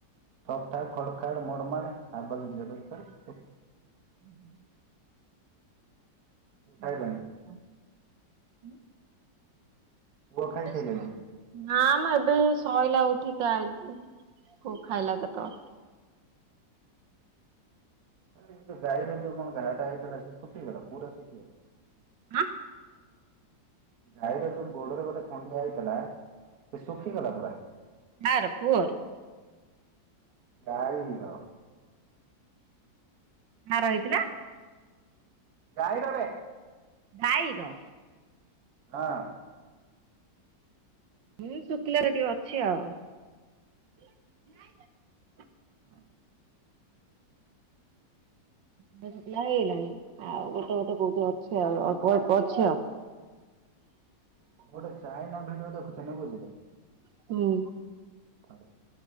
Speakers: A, on the right; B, on the right.
A: ଠକ୍ ଠାକ୍ ଖଡ଼ ଖାଡ଼ ମଡ଼ମାଡ଼ ଆବାଯ ଯିବା ଦରକାର।
B: ହୁଁ।
A: ଖାଇଲାଣି
B: ଓହୋ ହୋ ହୋ ଉ
A: ପୁଅ
B: ରୋଷେଇ
A: ଖାଇସାଇଲାଣି
B: ସଇଲା। ନାମ ଏବେ ଶୋଇଲା ଉଠିକି ଆଇନି ପୁଅ ଖାଇଲା କେତେବେଳେ।
A: ଏ ଯୋଉ ଗାଈର ଯୋଉ କଣ ଘାଟା ହେଇଥିଲା ସେଶୁଖିଗଲା ପୁରା ଶୁଖିଗଲା?
B: ଆଁ।
A: ଗାଈର ଯୋଉ ଗୋଡ଼ରେ ଗୋଟେ ଖଣ୍ଡିଆ ହେଇଥିଲା ସେ ଶୁଖିଗଲା ପୁରା।
B: କାଆର ପୁଅର।
A: ଗାଈର।
B: କାହାର ହେଇଥିଲା?
A: ଗାଈରବେ।
B: ଗାଈର।
A: ହଁ।
B: ହୁଁ ଶୁଖିଲାରେ ଟିକେ ଅଛି ଆଉ। <inaudible>
A: ହଁ
B: <inaudible>
A: ଗୋଟେ ଚାଇନା ଭିଡୁଅ ଦେଖୁ, ବୁଝିଲେ?
B: ହୁଁ।
A: ଲୋ,